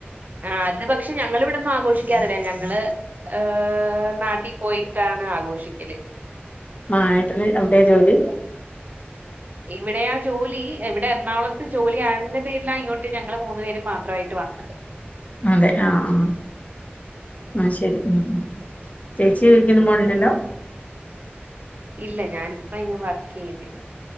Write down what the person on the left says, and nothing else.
ആഹ് ഏട്ടന് അവ്ടെ ജോലി?
അതെ ആഹ് ആഹ്. ആഹ് ശരി ഉം ഉം ചേച്ചി <unintelligible>
ക്കുന്നും
പോണില്ലല്ലോ?